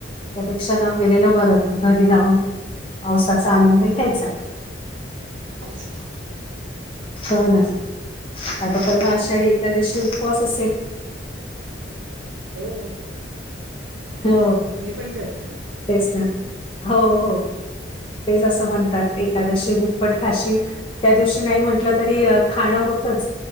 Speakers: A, on the left; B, on the right.
A: त्यापेक्षा न गेलेलं
B: हम्म
A: बरं घरी राहून पावसाचा आनंद घ्यायचा.
B: तेच न
A: हो न आता परवा आषाढी एखाद्याशी उपवास असेल?
B: हो
A: हो
B: तुम्ही पण करता ना.
A: तेच न हो हो तेच असं म्हणतात एकादशी दुप्पट खाशी त्या दिवशी नाही म्हंटलं तरी
B: हो
A: खाणं होतच,